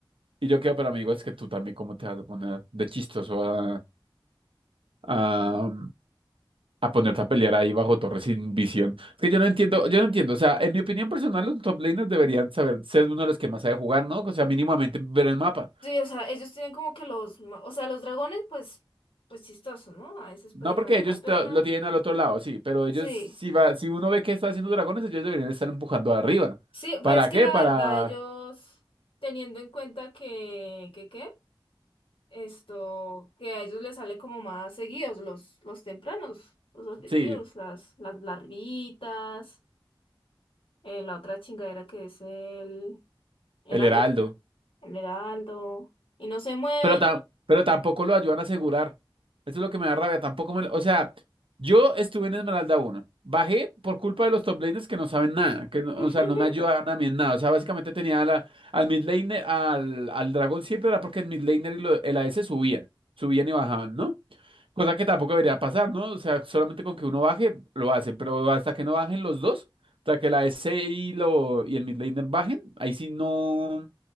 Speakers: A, on the right (about 85°); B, on the left (about 80°).
A: Y yo quedo, pero amigo, es que tú también, ¿cómo te vas a poner de chistoso a, a, a ponerte a pelear ahí bajo torre sin visión? Es que yo no entiendo, yo no entiendo. O sea, en mi opinión personal, los top laners deberían saber ser uno de los que más sabe jugar, ¿no? O sea, mínimamente ver el mapa.
B: Sí, o sea, ellos tienen como que los, ma- o sea, los dragones, pues, pues chistosos, ¿no? A veces
A: No,
B: pueden
A: porque
B: valer
A: ellos
B: la pena.
A: te- lo tienen al otro lado, sí, pero ellos,
B: Sí,
A: si va, si uno ve que está haciendo dragones, ellos deberían estar empujando arriba.
B: sí,
A: ¿Para
B: pues es que
A: qué?
B: la
A: Para,
B: verdad ellos, teniendo en cuenta que, que, ¿qué? Esto, que a ellos les sale como más seguidos los, los tempranos, los objetivos,
A: sí,
B: las, las larvitas. eh, la otra chingadera que es el Heraldo,
A: el heraldo.
B: el Heraldo, y no se mueven.
A: Pero, ta- pero tampoco lo ayudan a asegurar. Esto es lo que me da rabia. Tampoco me... O sea, yo estuve en Esmeralda uno Bajé por culpa de los top laners que no saben nada. Que no-
B: <laughs>
A: o sea, no me ayudaban a mí en nada. O sea, básicamente tenía a la, al mid laner, al, al dragón siempre era porque el mid laner y lo- el a AS subían. Subían y bajaban, ¿no? Cosa que tampoco debería pasar, ¿no? O sea, solamente con que uno baje, lo hacen. Pero hasta que no bajen los dos, hasta que el a AS y, lo, y el mid laner bajen, ahí sí no.